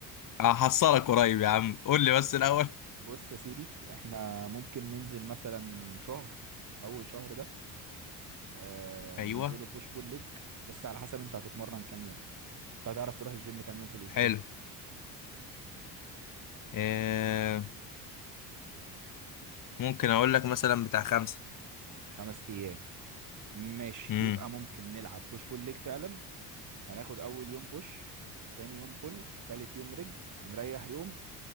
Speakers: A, on the left; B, on the right.
A: هحصلك قريب يا عم قول لي بس الاول
B: بص يا سيدي احنا ممكن ننزل مثلا شهر اول شهر ده آه
A: ايوه
B: ننزله بوش بول ليج بس على حسب انت هتتمرن كام يوم انت هتعرف تروح الجيم كام يوم في الاسبوع
A: حلو آه، ممكن اقول لك مثلا بتاع خمسة
B: خمس ايام ماشي
A: امم
B: يبقى ممكن نلعب بوش بول ليج فعلا هناخد اول يوم بوش تاني يوم بول تالت يوم رجل هنريح يوم